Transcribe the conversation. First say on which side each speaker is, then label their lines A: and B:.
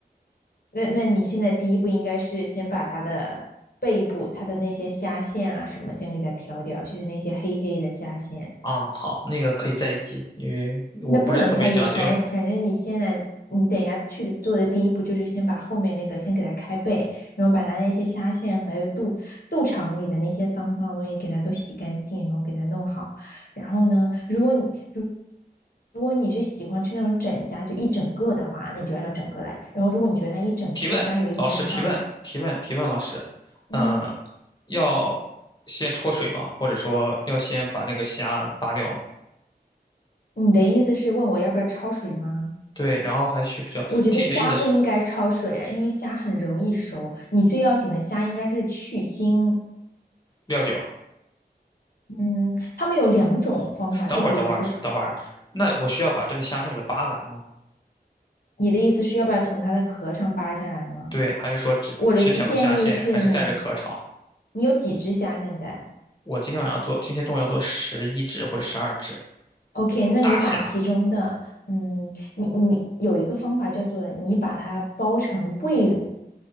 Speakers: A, on the left (about 65°); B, on the left (about 25°).
A: 那那你现在第一步应该是先把它的背部、它的那些虾线啊什么先给它挑掉，就是那些黑黑的虾线。
B: 啊，好，那个可以再议，因为我不是特别讲究。
A: 那不能在意，反正反正你现在，你等一下去的做的第一步就是先把后面那个先给它开背，然后把它那些虾线还有肚肚肠里的那些脏脏的东西给它都洗干净，然后给它弄好。然后呢，如果你如如果你是喜欢吃那种整虾，就一整个的话，那你就按照整个来。然后如果你觉得它一整只虾有一点点大，
B: 提问，老师提问，提问，提问，老师，
A: 嗯，
B: 嗯、要先焯水吗？或者说要先把那个虾扒掉吗？
A: 你的意思是问我要不要焯水吗？
B: 对，然后还需不需要？
A: 我觉得虾不应该焯水啊，
B: 听你的意思是
A: 因为虾很容易熟。你最要紧的虾应该是去腥。
B: 料酒。
A: 嗯，他们有两种方法，
B: 等会儿，
A: 就比如说，
B: 等会儿，等会儿啊，那我需要把这个虾先把它扒完吗？
A: 你的意思是要不要从它的壳上扒下来吗？
B: 对，还是说只去挑个虾线，
A: 我的建议是你，
B: 还是带着壳炒？
A: 你有几只虾现在
B: 我今天晚上做，今天中午要做十一只或者十二只
A: ？OK，那你把其中的，
B: 大虾，
A: 嗯，你你有一个方法叫做你把它包成胃，